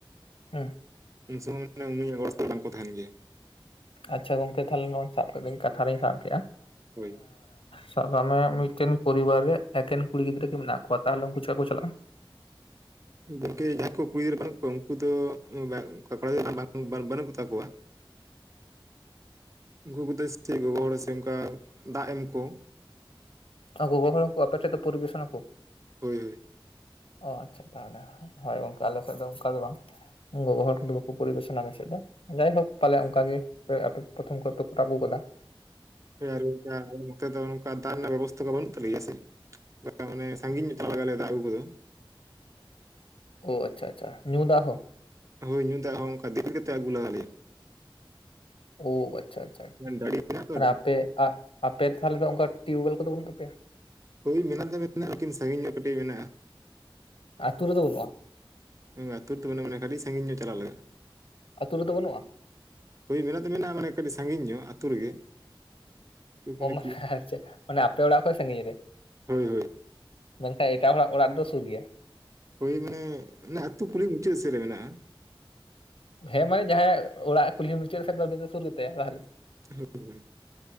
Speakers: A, on the left (about 80°); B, on the right (about 35°).
A: ᱦᱮᱸ᱾
B: ᱩᱱ ᱥᱢᱚᱭ ᱩᱱᱤᱭᱟᱜ ᱜᱚᱲᱚᱥᱳᱯᱚᱦᱚᱜ ᱵᱟᱝ ᱠᱚ ᱛᱟᱦᱮᱱ ᱜᱮᱭᱟ᱾
A: ᱟᱪᱪᱷᱟ ᱜᱚᱝᱠᱮ ᱛᱟᱦᱞᱮ ᱱᱚᱣᱟ ᱥᱟᱵ ᱠᱟᱹᱫᱟᱹᱧ ᱠᱟᱛᱷᱟ ᱨᱤᱧ ᱥᱟᱵ ᱠᱮᱜᱼᱟ
B: ᱦᱳᱭ
A: ᱥᱟᱵ ᱠᱟᱜ ᱢᱮ ᱢᱤᱫᱴᱮᱱ ᱯᱚᱨᱤᱵᱟᱨ ᱨᱮ ᱮᱠᱮᱱ ᱠᱩᱲᱤ ᱜᱤᱫᱽᱨᱟᱹ ᱜᱮ ᱢᱮᱱᱟᱜ ᱠᱚᱣᱟ ᱛᱟᱦᱚᱞᱮ ᱩᱱᱠᱩ ᱪᱮᱠᱟ ᱠᱚ ᱪᱟᱞᱟᱜᱼᱟ?
B: ᱜᱚᱝᱠᱮ ᱡᱟᱦᱟᱸᱭ ᱠᱩ ᱠᱩᱲᱤ ᱜᱤᱫᱽᱨᱟᱹ ᱵᱟᱱᱩᱜ ᱠᱚᱣᱟ ᱩᱱᱠᱩ ᱫᱚ <unintelligible> ᱠᱚᱲᱟ ᱜᱤᱫᱽᱨᱟᱹ <unintelligible> ᱵᱟᱝ ᱵᱟᱱᱩᱠ ᱠᱚ ᱛᱟᱠᱚᱣᱟ᱾ ᱩᱱᱠᱩ ᱠᱚᱫᱚ ᱥᱮᱪᱮᱜ ᱜᱚᱜᱚ ᱦᱚᱲ ᱥᱮ ᱚᱱᱠᱟ ᱫᱟᱜ ᱮᱢᱠᱚ
A: ᱟ ᱜᱚᱜᱳ ᱦᱚᱲ ᱦᱚᱠᱚ ᱟᱯᱮᱴᱷᱮᱜ ᱫᱚ ᱯᱚᱨᱤᱵᱮᱥᱚᱱ ᱟᱠᱚ?
B: ᱦᱳᱭᱻᱦᱳᱭᱻ
A: ᱚᱸᱻ ᱟᱪᱪᱷᱟ ᱛᱟᱦᱚᱞᱮ ᱦᱳᱭ ᱜᱚᱝᱠᱮ ᱟᱞᱮ ᱥᱮᱫ ᱫᱚ ᱚᱱᱠᱟ ᱫᱚ ᱵᱟᱝ᱾ ᱜᱚᱜᱚ ᱦᱚᱲ ᱠᱚ ᱫᱚ ᱵᱟᱠᱚ ᱯᱚᱨᱤᱵᱮᱥᱱᱟ ᱟᱞᱮ ᱥᱮᱫ ᱫᱚ᱾ ᱡᱟᱭᱦᱳᱠ ᱯᱟᱞᱮ ᱚᱱᱠᱟᱜᱮ ᱟᱯᱮ ᱯᱨᱚᱛᱷᱚᱢ ᱠᱷᱚᱡ ᱯᱮ ᱠᱚᱨᱟᱣ ᱟᱹᱜᱩ ᱟᱠᱟᱫᱟ᱾
B: ᱥᱮ <unintelligible> ᱱᱚᱛᱮ ᱫᱚ ᱱᱚᱝᱠᱟ ᱫᱟᱜ ᱨᱮᱱᱟᱜ ᱵᱮᱵᱚᱥᱛᱷᱟ ᱠᱚ ᱵᱟᱹᱱᱩᱜ ᱛᱟᱞᱮ ᱜᱮᱭᱟᱥᱮ᱾ ᱢᱟᱱᱮ ᱥᱟᱸᱜᱤᱧ ᱧᱚᱜ ᱪᱟᱞᱟᱜ ᱞᱟᱜᱟᱣ ᱞᱮᱭᱟ ᱫᱟᱜ ᱟᱹᱜᱩ ᱠᱚᱫᱚ᱾
A: ᱚ ᱟᱪᱪᱷᱟ ᱟᱪᱪᱷᱟ ᱧᱩ ᱫᱟᱜ ᱦᱚᱸ?
B: ᱦᱳᱭ ᱧᱩ ᱫᱟᱜ ᱦᱚᱸ ᱚᱱᱠᱟ ᱫᱤᱯᱤᱞ ᱠᱟᱛᱮᱜ ᱟᱹᱜᱩ ᱞᱟᱜᱟᱣ ᱞᱮᱭᱟ᱾
A: ᱳ ᱟᱪᱪᱷᱟ ᱟᱪᱪᱷᱟ ᱟᱪᱪᱷᱟ
B: ᱰᱟᱹᱰᱤ ᱢᱮᱱᱟᱜ ᱛᱚ
A: ᱢᱟᱱᱮ ᱟᱯᱮ ᱟᱦ ᱟᱯᱮ ᱛᱟᱦᱚᱞᱮ ᱫᱚ ᱚᱱᱠᱟ ᱴᱤᱭᱩᱵᱽᱚᱭᱮᱞ ᱠᱚᱫᱚ ᱵᱟᱹᱱᱩᱜ ᱛᱟᱯᱮᱭᱟ?
B: ᱦᱳᱭ ᱢᱮᱱᱟᱜ ᱫᱚ ᱢᱮᱱᱟᱜᱼᱟ, ᱞᱮᱠᱤᱱ ᱥᱟᱺᱜᱤᱧ ᱧᱚᱜ ᱠᱟᱹᱴᱤᱡ ᱢᱮᱱᱟᱜᱼᱟ᱾
A: ᱟᱛᱩ ᱨᱮᱫᱚ ᱵᱟᱹᱱᱩᱜᱼᱟ?
B: ᱦᱩᱸ ᱟᱛᱩ ᱨᱮᱫᱚ ᱵᱟᱹᱱᱩᱜ-ᱟ ᱾ ᱢᱟᱱᱮ ᱟᱰᱤ ᱥᱟᱺᱜᱤᱧ ᱧᱚᱜ ᱪᱟᱞᱟᱣ ᱞᱟᱜᱟᱜ-ᱟ᱾
A: ᱟᱹᱛᱩ ᱨᱮᱫᱚ ᱵᱟᱹᱱᱩᱜᱼᱟ?
B: ᱦᱳᱭ ᱢᱮᱱᱟᱜ ᱫᱚ ᱢᱮᱱᱟᱜᱼᱟ ᱢᱟᱱᱮ ᱠᱟᱹᱴᱤᱡ ᱥᱟᱺᱜᱤᱧ ᱧᱚᱜ ᱟᱹᱛᱩ ᱨᱮᱜᱮ᱾ ᱢᱟᱱᱮ
A: ᱚ ᱟᱪᱪᱷᱟ ᱢᱟᱱᱮ ᱟᱯᱮ ᱚᱲᱟᱜ ᱠᱷᱚᱡ ᱥᱟᱺᱜᱤᱧ ᱨᱮ?
B: ᱦᱳᱭ ᱦᱳᱭ
A: ᱢᱮᱱᱠᱷᱟᱡ ᱮᱴᱟᱜ ᱦᱚᱲᱟᱜ ᱚᱲᱟᱜ ᱨᱮ ᱫᱚ ᱥᱩᱨ ᱜᱮᱭᱟ?
B: ᱦᱳᱭ ᱢᱟᱱᱮ ᱟᱹᱛᱩ ᱠᱩᱞᱦᱤ ᱢᱩᱪᱟᱹᱫ ᱥᱮᱫ ᱨᱮ ᱢᱮᱱᱟᱜᱼᱟ᱾
A: ᱦᱮᱸ ᱢᱟᱱᱮ ᱡᱟᱦᱟᱸᱭᱟᱜ ᱚᱲᱟᱜ ᱠᱩᱞᱦᱤ ᱢᱩᱪᱟᱹᱫ ᱥᱮᱡ ᱫᱚ ᱥᱩᱨ ᱜᱮᱛᱟᱭᱟ ᱛᱟᱦᱚᱞᱮ
B: <unintelligible>